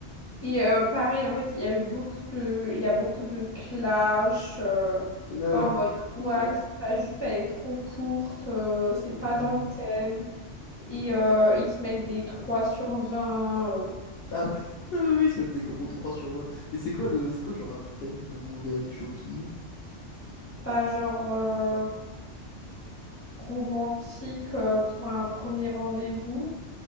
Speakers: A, on the left (about 15°); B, on the left (about 60°).
A: Et euh, pareil, en fait, il y a eu beaucoup de, il y a beaucoup de clash, euh,
B: Ah
A: tu vois,
B: ouais.
A: en mode, what,
B: Ah ouais.
A: ta jupe, elle est trop courte, euh, c'est pas
B: Euh,
A: dans le thème. Et euh, ils se mettent des 3 sur vingt euh,
B: Ah ouais. <laughs> Ah oui, ils se mettent des gros 3 sur 20. Et c'est quoi le. C'est quoi genre un thème dans les Reines du Shopping?
A: bah, genre. euh, romantique euh, pour un premier rendez-vous.